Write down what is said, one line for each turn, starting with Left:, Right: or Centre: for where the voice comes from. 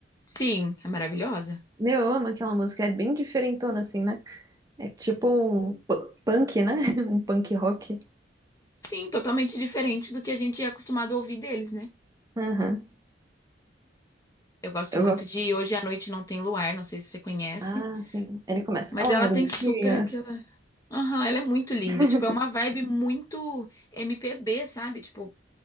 Left: Sim, é maravilhosa.
Right: Meu, eu amo aquela música, é bem diferentona assim, né? É tipo um pu- punk, né? <laughs> Um punk rock.
Left: Sim, totalmente diferente do que a gente é acostumado a ouvir deles, né?
Right: Aham.
Left: Eu gosto
Right: Eu
Left: muito
Right: gosto.
Left: de Hoje à Noite Não Tem Luar, não sei se você conhece.
Right: Ah, sim. Ele começa.
Left: Mas
Right: Ela
Left: ela
Right: não é
Left: tem
Right: bonitinha?
Left: super aquela. Aham, ela é muito linda.
Right: <laughs>
Left: Tipo, é uma vibe muito MPB, sabe? Tipo,